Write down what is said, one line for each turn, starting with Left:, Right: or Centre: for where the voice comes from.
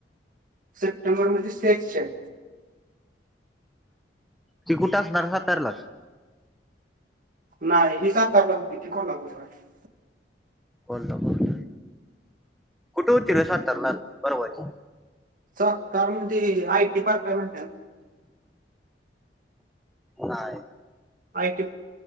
Right: सेप्टेंबर मध्ये सेटची आहे.
Centre: ती कुठं असणार सातारलाच?
Right: नाही हि सातारला होती ती कोल्हापूरला य.
Centre: कोल्हापुरलाय कुठं होती रं सातारला परवाची
Right: सातार मध्ये आयटी पार्क हाय म्हायतीये ना?
Centre: नाय
Right: आयटी